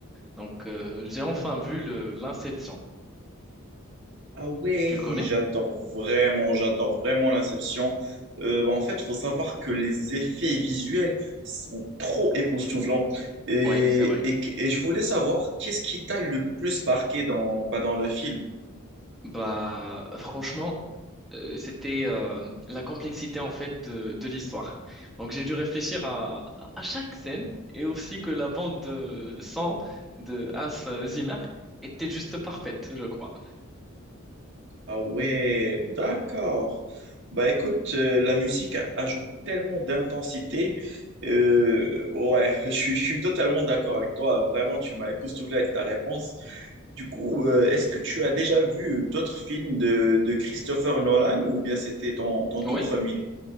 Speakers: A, in the centre; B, on the right.
A: Donc euh, j'ai enfin vu le l'Inception.
B: Ah ouais,
A: Tu le connais?
B: j'adore vraiment, j'adore vraiment l'Inception. Euh, bah, en fait, il faut savoir que les effets visuels sont trop époustouflants. Et,
A: Oui, c'est vrai.
B: et, et je voulais savoir qu'est-ce qui t'a le plus marqué dans, bah, dans le film.
A: Bah franchement, euh, c'était euh, la complexité en fait de, de l'histoire. Donc j'ai dû réfléchir à, à chaque scène et aussi que la bande de son de Hans Zimmer était juste parfaite, je crois.
B: Ah ouais, d'accord. Bah écoute, euh, la musique a- ajoute tellement d'intensité. Euh, ouais, <laughs> je, suis je suis totalement d'accord avec toi. Vraiment, tu m'as époustouflé avec ta réponse. Du coup, euh, est-ce que tu as déjà vu d'autres films de, de Christopher Nolan ou bien c'était ton, ton tout
A: Oui.
B: premier?